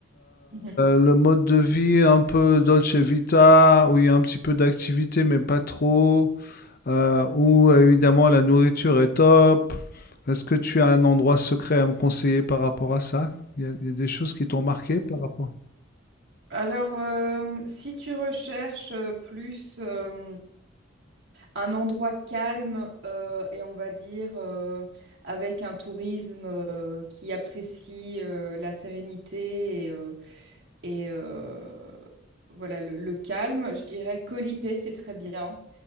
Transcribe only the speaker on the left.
le le mode de vie un peu dolce vita, où il y a un petit peu d'activité mais pas trop, euh, où évidemment la nourriture est top. Est-ce que tu as un endroit secret à me conseiller par rapport à ça? Il y a, il y a des choses qui t'ont marqué par rapport.